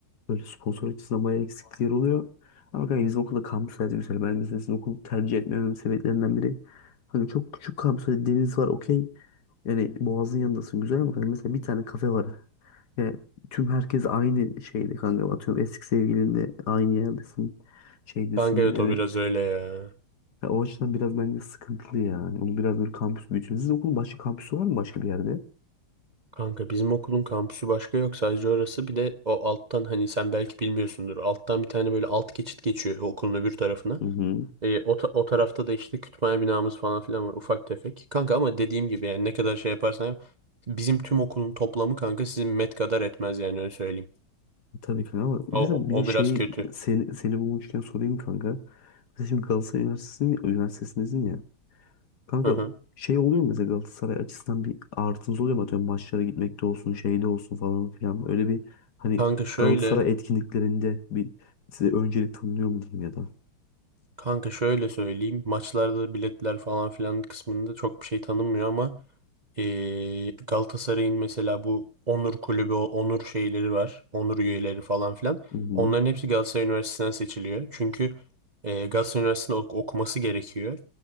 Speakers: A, on the left; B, on the right.
A: böyle sponsor açısından bayağı eksiklikler oluyor. Ama kanka bizim okulda kampüs hayatı güzel. Ben mesela sizin okulu tercih etmememin sebeplerinden biri. Hani çok küçük kampüs hani deniz var okey. Yani Boğaz'ın yanındasın güzel ama kanka mesela bir tane kafe var. Yani tüm herkes aynı şeyde kanka. Atıyorum eski sevgilinle aynı yerdesin. Şeydesin
B: Kanka evet
A: yani.
B: o biraz öyle ya.
A: ya o açıdan biraz bence sıkıntılı yani. Onu biraz böyle kampüs büyütün. Sizin okulun başka kampüsü var mı başka bir yerde?
B: Kanka bizim okulun kampüsü başka yok sadece orası bir de o alttan hani sen belki bilmiyorsundur alttan bir tane böyle alt geçit geçiyor okulun öbür tarafına
A: Hı hı.
B: E, o, ta- o tarafta da işte kütüphane binamız falan filan var ufak tefek kanka ama dediğim gibi yani ne kadar şey yaparsan yap bizim tüm okulun toplamı kanka sizin met kadar etmez yani öyle söyleyeyim
A: Tabii kanka ama
B: o,
A: mesela
B: o,
A: bir de
B: o
A: şey
B: biraz kötü
A: seni, seni bulmuşken sorayım kanka. Mesela şimdi Galatasaray Üniversitesi, Üniversitesindesin ya. Kanka
B: Hı hı.
A: şey oluyor mu mesela Galatasaray açısından bir artınız oluyor mu? Atıyorum maçlara gitmekte olsun, şeyde olsun falan filan. Öyle bir hani
B: kanka şöyle
A: Galatasaray etkinliklerinde bir size öncelik tanınıyor mu diyeyim ya da.
B: kanka şöyle söyleyeyim maçlarda biletler falan filan kısmında çok bir şey tanınmıyor ama Ee, Galatasaray'ın mesela bu Onur Kulübü, o Onur şeyleri var. Onur üyeleri falan filan.
A: Hı hı.
B: Onların hepsi Galatasaray Üniversitesi'nden seçiliyor. Çünkü e, Galatasaray Üniversitesi'nde ok- okuması gerekiyor.